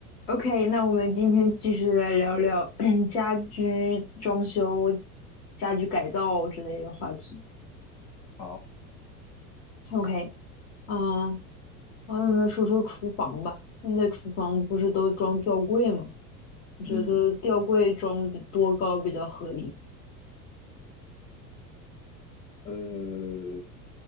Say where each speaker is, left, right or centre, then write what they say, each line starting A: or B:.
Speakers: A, on the left (about 65°); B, on the left (about 85°).
A: OK，那我们今天继续来聊聊 <clears throat> 家居装修、家居改造之类的话题。
B: 好，
A: OK，嗯，我们说说厨房吧。你的厨房不是都装吊柜吗？你觉得吊柜装比多高比较合理？
B: 嗯，呃，